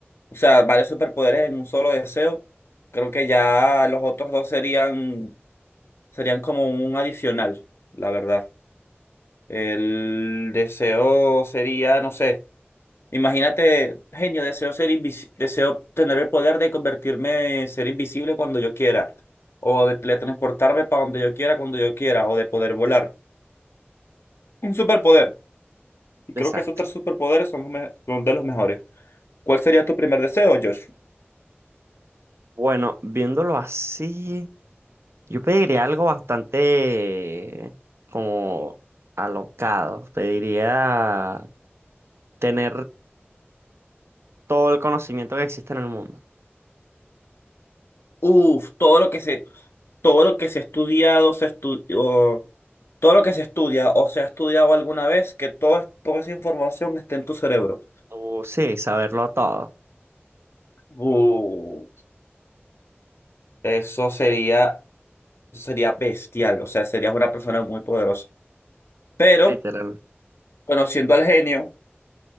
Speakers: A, on the left; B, on the right.
A: O sea, varios superpoderes en un solo deseo. Creo que ya los otros dos serían, serían como un adicional, la verdad. El deseo sería, no sé, imagínate, genio, deseo ser invis- deseo tener el poder de convertirme, en ser invisible cuando yo quiera, o de teletransportarme para donde yo quiera, cuando yo quiera, o de poder volar. Un superpoder. Y creo
B: Exacto.
A: que esos tres superpoderes son, los me- son de los mejores. ¿Cuál sería tu primer deseo, Josh?
B: Bueno, viéndolo así, yo pediría algo bastante como alocado. Pediría tener todo el conocimiento que existe en el mundo.
A: Uf, todo lo que se... todo lo que se ha estudiado, se estudió, todo lo que se estudia o se ha estudiado alguna vez, que todo- toda esa información esté en tu cerebro.
B: O sí, saberlo todo,
A: Uh, eso sería, eso sería bestial, o sea, serías una persona muy poderosa. Pero
B: literal.
A: conociendo al genio,